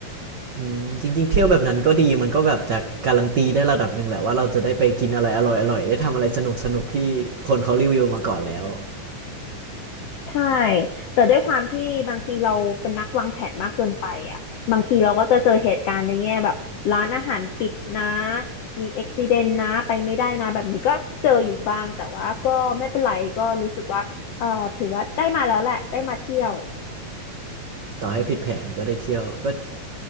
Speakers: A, on the right; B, on the left.
A: อืมจริงๆเที่ยวแบบนั้นก็ดีมันก็แบบจะการันตีได้ระดับหนึ่งแหละว่าเราจะได้ไปกินอะไรอร่อยๆได้ทำอะไรสนุกๆที่คนเขารีวิวมาก่อนแล้ว
B: ใช่ แต่ด้วยความที่บางทีเราเป็นนักวางแผนมากเกินไปอ่ะบางทีเราก็จะเจอเหตุการณ์ในแง่แบบร้านอาหารปิดนะมีอุบิเหตุนะไปไม่ได้นะแบบนี้ก็เจออยู่บ้างแต่ว่าก็ไม่เป็นไรก็รู้สึกว่าเอ่อถือว่าได้มาแล้วแหละได้มาเที่ยว
A: ต่อให้ผิดแผนก็ได้เที่ยวก็